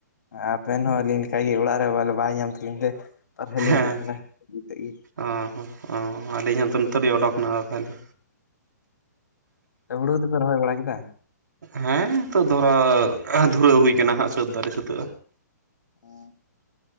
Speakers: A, on the left; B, on the right.
A: ᱟᱵᱮᱱ ᱦᱚ ᱟᱞᱤᱧ ᱞᱮᱠᱟ ᱜᱮ ᱚᱲᱟᱜ ᱨᱮ ᱵᱟᱭ ᱧᱟᱢ ᱛᱟᱞᱤᱧ ᱛᱮ ᱵᱟᱨᱦᱮ ᱞᱤᱧ
B: ᱦᱮᱸ
A: ᱩᱰᱩᱠ ᱠᱟᱱᱟ ᱤᱛᱮᱫ ᱜᱮ
B: ᱚ ᱦᱚ ᱚ ᱟᱹᱞᱤᱧ ᱦᱚ ᱱᱤᱛᱚᱜ ᱞᱤᱧ ᱚᱰᱚᱠ ᱱᱟ ᱛᱟᱦᱚᱞᱮ
A: ᱦᱳᱲᱳ ᱫᱚᱯᱮ ᱨᱚᱦᱚᱭ ᱵᱟᱲᱟ ᱠᱮᱫᱟ?
B: ᱦᱮᱸ ᱱᱤᱛᱚᱜ ᱫᱷᱚᱨᱟ ᱫᱷᱩᱨᱟᱹᱣ ᱦᱩᱭ ᱠᱟᱱᱟ ᱦᱟᱸᱜ ᱥᱟᱹᱛ ᱫᱚ ᱟᱹᱣᱨᱤ ᱥᱟᱹᱛᱟᱹᱜᱼᱟ᱾
A: ᱚᱸ